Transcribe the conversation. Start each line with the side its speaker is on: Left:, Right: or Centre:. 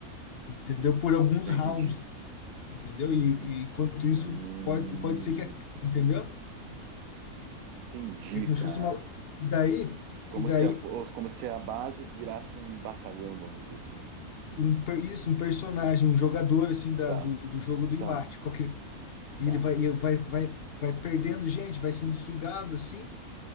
Left: entendeu? Por alguns
Right: Tá,
Left: rounds,
Right: Entendi.
Left: entendeu?
Right: Entendi,
Left: E,
Right: en-
Left: e enquanto
Right: Hum,
Left: isso pode, pode ser que, a- entendeu?
Right: entendi,
Left: É como
Right: cara.
Left: se fosse uma e daí
Right: Como
Left: e daí
Right: se a, fo- como se a base virasse um batalhão, vamos dizer assim.
Left: um per- isso um personagem, um jogador assim da,
Right: Tá,
Left: do, do jogo do embate,
Right: tá,
Left: qualquer e
Right: tá.
Left: ele vai, e vai, vai, vai perdendo gente, vai sendo sugado assim,